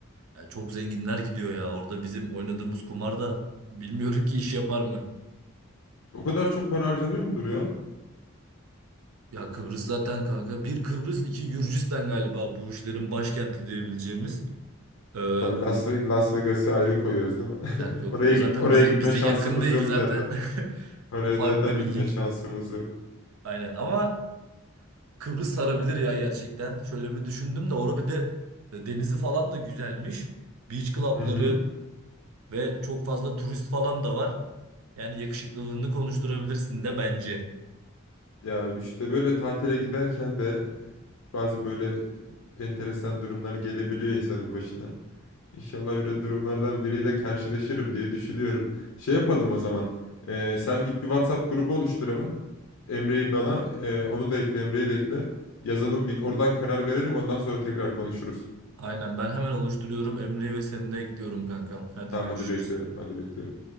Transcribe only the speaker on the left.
O kadar çok para harcanıyor mudur ya?
Tabii Las, Ve- Las Vegas'ı ayrı koyuyoruz değil mi? <laughs>
Oraya
git
oraya
gitme
şansımız
yok
zaten.
Oraya
zaten
gitme
şansımız yok.
Hı hı.
Ya işte böyle tatile giderken de bazı böyle enteresan durumlar gelebiliyor insanın başına. İnşallah öyle durumlardan biriyle karşılaşırım diye düşünüyorum. Şey yapalım o zaman. Ee, sen git bir WhatsApp grubu oluştur hemen. Emre'yi bana, e, onu da ekle, Emre'yi de ekle. Yazalım bir oradan karar verelim. Ondan sonra tekrar konuşuruz.
Tamam
hadi bekliyorum. Hadi bekliyorum.